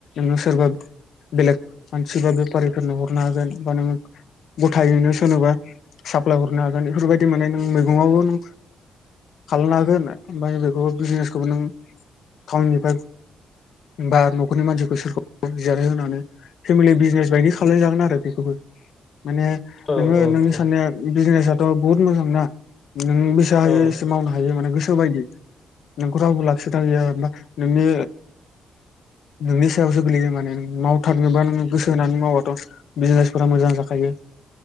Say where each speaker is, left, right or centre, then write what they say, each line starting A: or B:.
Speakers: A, on the left; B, on the left.
A: नो सोरबा बेलेग मानसि बा बेफारिफोरनो हरनो हागोन बा नोङो गथायैनो सोरनोबा साप्लाय हरनो हागोन बेफोरबायदि मोनाने नों मैगंआवबो नों खालामनो हागोन ओमफ्राय बेखौ बिजनेसखौबो नों टाउननिफ्राय बा न'खरनि मानसिखौ सोरखौ जिरायहोनानै फेमिलि बिजनेस बायदि खालामलायजागोन आरो बेखौबो माने
B: औ
A: नोङो
B: औ
A: नोंनि साननाया बिजनेसाथ' बहुत मोजां ना नों बेसा हायो
B: औ
A: एसे मावनो हायो माने गोसो बायदि नोंखौ रावबो लाखिग्रा गैयाबा नोंनि नोंनि सायावसो गोलैयो माने मावथार बा नोङो गोसो होनानै मावबाथ' बिजनेसफोरा मोजां जाखायो।